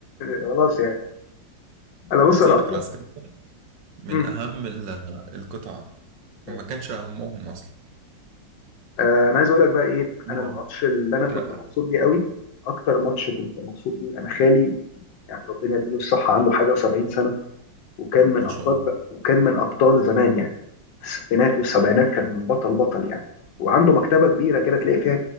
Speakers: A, on the left; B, on the right.
A: خلاص يعني انا بص
B: عايز
A: انا
B: اقول
A: اكتر
B: لك العسكري ده من
A: مم.
B: اهم ال- القطع
A: آه.
B: ما كانش اهمهم اصلا
A: آه، انا عايز اقول لك بقى ايه انا
B: آه.
A: الماتش اللي انا كنت
B: لا
A: مبسوط بيه قوي اكتر ماتش كنت مبسوط بيه انا خالي يعني ربنا يديله الصحه عنده حاجه و70 سنه وكان من
B: ما
A: ابطال
B: شاء الله
A: وكان من ابطال زمان يعني في الستينات والسبعينات كان بطل بطل يعني وعنده مكتبه كبيره كده تلاقي فيها